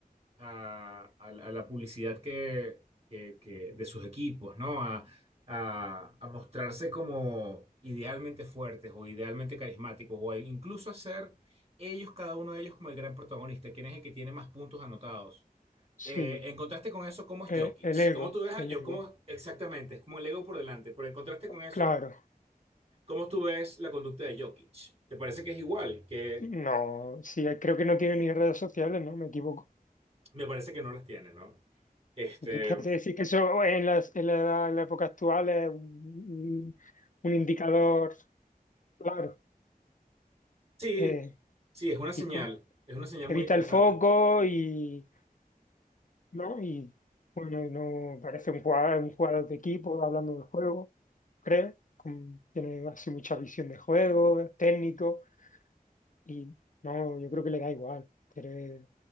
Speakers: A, on the right (about 40°); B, on the left (about 55°).
A: a, a la a la publicidad que, que- que- de sus equipos, ¿no? A, a- a mostrarse como idealmente fuertes o idealmente carismáticos o a incluso a ser ellos, cada uno de ellos, como el gran protagonista, quién es el que tiene más puntos anotados.
B: Sí,
A: Eh, en contraste con eso, ¿cómo es
B: eh,
A: Jokic?
B: el ego,
A: ¿Cómo tú ves a
B: el
A: Jokic?
B: ego,
A: ¿Cómo- exactamente, es como el ego por delante, pero en contraste con eso,
B: claro.
A: ¿cómo tú ves la conducta de Jokic? ¿Te parece que es igual? Que
B: No, sí, creo que no tiene ni redes sociales, ¿no? Me equivoco. <laughs>
A: me parece que no las tiene, ¿no? Este,
B: Es que hace decir que eso en las- en la, en la época actual es un, un indicador claro.
A: Sí,
B: eh,
A: sí, es una señal,
B: y como-
A: es una señal
B: evita
A: muy interesante.
B: el foco y, ¿no? Y bueno, no parece un jugador, un jugador de equipo hablando del juego, creo. Con- tiene así mucha visión de juego, técnico, y no, yo creo que le da igual. Quiere-